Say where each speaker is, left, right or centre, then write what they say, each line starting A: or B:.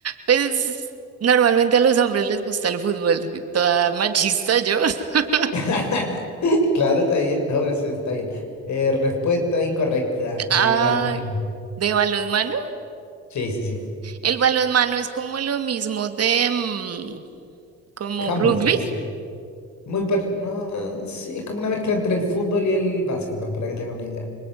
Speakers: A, on the right; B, on the left.
A: Pues normalmente a los hombres les gusta el fútbol, toda machista yo. <laughs>
B: <laughs> Claro, está bien. No, pero eso está bien. Eh, respuesta incorrecta
A: Ah,
B: de balonmano.
A: de balonmano.
B: Sí, sí, sí.
A: El balonmano es como lo mismo de mm, como
B: Handball
A: rugby.
B: se le dice. Muy par- no, sí, es como una mezcla entre el fútbol y el básquetbol, para que te hagas una idea.